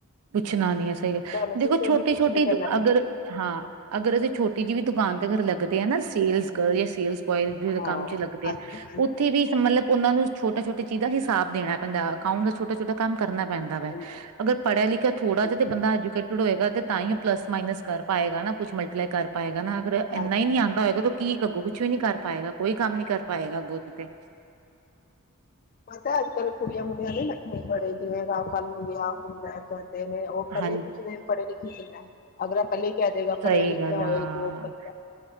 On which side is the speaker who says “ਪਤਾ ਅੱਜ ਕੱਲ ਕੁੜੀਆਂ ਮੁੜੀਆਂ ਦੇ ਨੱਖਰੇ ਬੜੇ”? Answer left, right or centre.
Left